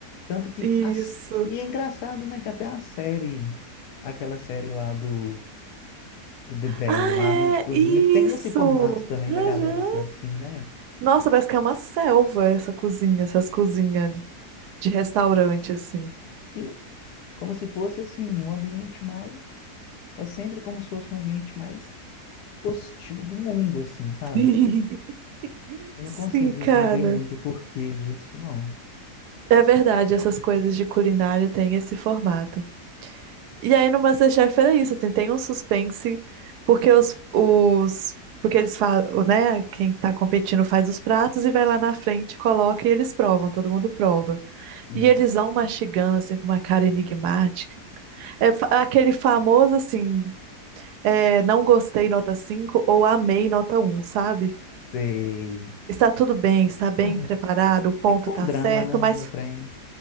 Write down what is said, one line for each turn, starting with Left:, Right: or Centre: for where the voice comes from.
Left: Tanto que
Right: Isso.
Left: as... e é engraçado, né, que até a série, aquela série lá do do The Bear
Right: Ah,
Left: lá de cozinha
Right: é, isso.
Left: tem esse formato também
Right: Uhum.
Left: da galera ser assim, né?
Right: Nossa, parece que é uma selva essa cozinha, essas cozinhas de restaurante, assim.
Left: Sim, como se fosse assim um ambiente mais é sempre como se fosse um ambiente mais hostil do mundo assim, sabe?
Right: <laughs>
Left: Eu não
Right: Sim,
Left: consigo
Right: cara.
Left: entender muito o porquê disso, não.
Right: É verdade, essas coisas de culinária têm esse formato. E aí no MasterChef era isso, assim, tem um suspense, porque os, os porque eles falam, né, quem tá competindo faz os pratos e vai lá na frente, coloca e eles provam, todo mundo prova.
Left: Não
Right: E eles vão mastigando, assim, com uma cara enigmática. É fa- aquele famoso, assim, é, não gostei, nota 5 ou amei, nota um sabe?
Left: Sei.
Right: Está tudo bem, está bem
Left: Ah,
Right: preparado, o ponto
Left: tem que pôr
Right: tá
Left: um drama,
Right: certo,
Left: né,
Right: mas
Left: no trem.